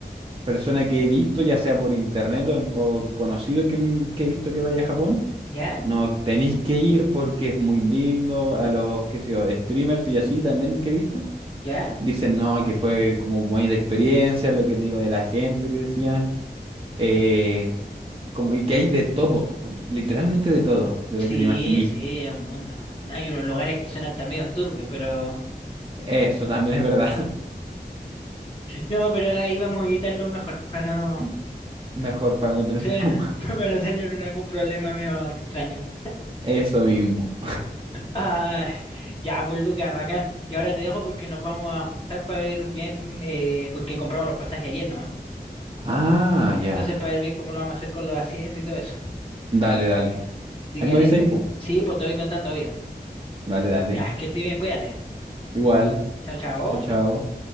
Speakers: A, on the right; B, on the left.
A: persona que he visto, ya sea por internet o, en- o conocido que, m- que he visto que vaya a Japón,
B: ¿Ya?
A: no tenéis que ir porque es muy lindo. A los, qué sé yo, streamers y así también que he visto,
B: ¿Ya?
A: dicen no, que fue como bonita experiencia, lo que te digo de la gente que decían. eh, como, y que hay de todo, po- literalmente de todo, de
B: Sí,
A: lo que te imaginí.
B: sí, es un mundo. Hay unos lugares que son hasta medio turbios, pero...
A: Eso también es verdad. <laughs>
B: No, pero ahí vamos a evitarlo mejor, para no...
A: M- Mejor para no tener
B: sí,
A: trauma.
B: <laughs> para no tener un- algún problema medio extraño.
A: <laughs> Eso mismo.
B: Ah, ya, pues Lucas, bacán. Yo ahora te dejo porque nos vamos a juntar para ver bien, eh, porque compramos los pasajes ayer, ¿no?
A: Ah, ya.
B: Entonces, para ver bien cómo lo vamos a hacer con los asientos y todo eso.
A: Dale, dale.
B: Así
A: Ahí
B: que
A: me
B: ahí
A: avisáis,
B: sí,
A: po.
B: sí, pues te voy contando, obvio.
A: Dale, dale.
B: Ya, que estés bien, cuídate.
A: Igual.
B: Chao, chao.
A: Chao, chao.